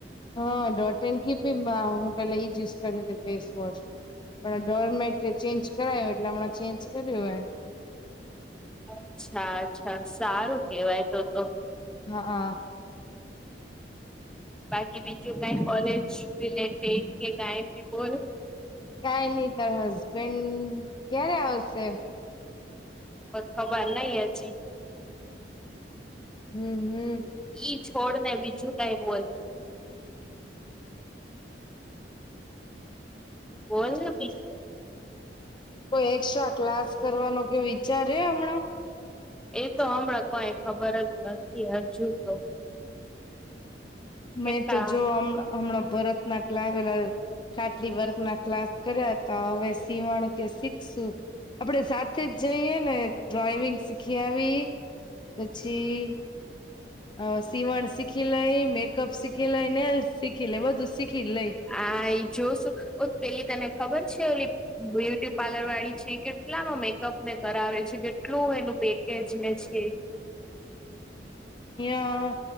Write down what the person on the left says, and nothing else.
હા ડોટન ભી હું પહેલા યુ કર ફેસ વશ પણ ડોરમેટે ચેન્જ કરાયું એટલે હમણાં ચેન્જ કર્યું હો
હા હા
કઈ નઈ તાર હસબેન્ડ ક્યારે આવશે
હમ હમ
બીજું
તફ કોઈ એક્સ્ટ્રા ક્લાસ કરવાનો કે વિચારે હમણાં
મેં
તો જો હમણાં ભરતનાક લાવ્યો લાવ્યો ખાટલી વર્ગ ના ક્લાસ કર્યા હતા હવે સીવણ કે શીખશું આપણેે સાથે જ જઈએ ને ડ્રોઈવિંગ શીખી આવી પછી હ સીવણ શીખી લઈ મેકઅપ શીખી લાય ને શીખી લે બધું શીખી લઈ
અ